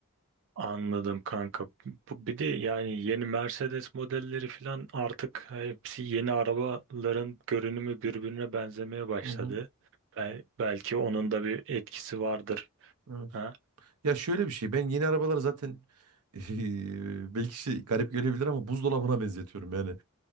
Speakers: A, on the right; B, on the right.
A: Anladım kanka. Bu bir de yani yeni Mercedes modelleri falan artık hepsi yeni arabaların görünümü birbirine benzemeye başladı.
B: Hı hı.
A: Bel- belki onun da bir etkisi vardır.
B: Evet.
A: Ha?
B: Ya şöyle bir şey ben yeni arabaları zaten <laughs> belki şey garip gelebilir ama buzdolabına benzetiyorum yani.